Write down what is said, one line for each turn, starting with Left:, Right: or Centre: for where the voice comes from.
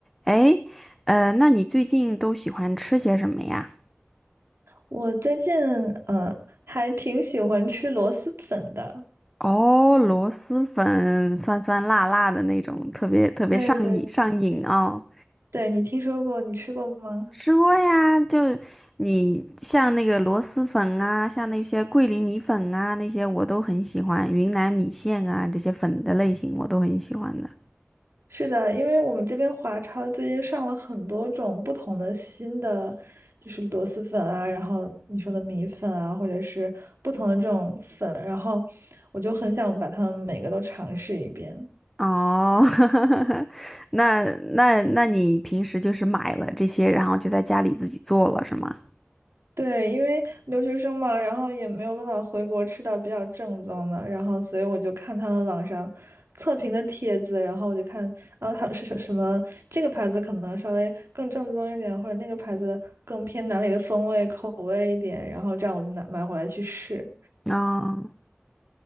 Centre: 诶，呃，那你最近都喜欢吃些什么呀？
Right: 我最近嗯，呃还挺喜欢吃螺蛳粉的。
Centre: 哦，螺蛳粉，酸酸辣辣的那种，特别特别上瘾上瘾哦。
Right: 对对对，你听说过，你吃过吗？
Centre: 吃过呀，就你像那个螺蛳粉啊，像那些桂林米粉啊，那些我都很喜欢，云南米线啊，这些粉的类型我都很喜欢的。
Right: 是的，因为我们这边华超最近上了很多种不同的新的，就是螺蛳粉啊，然后你说的米粉啊，或者是不同的这种粉，然后我就很想把它们每个都尝试一遍。
Centre: 哦，<laughs> 那那那你平时就是买了这些，然后就在家里自己做了，是吗？
Right: 对，因为留学生嘛，然后也没有办法回国吃到比较正宗的，然后所以我就看他们网上测评的帖子，然后我就看，啊，后他们是什什么这个牌子可能稍微更正宗一点，或者那个牌子更偏哪里的风味口味一点，然后这样我就拿买回来去试。
Centre: 哦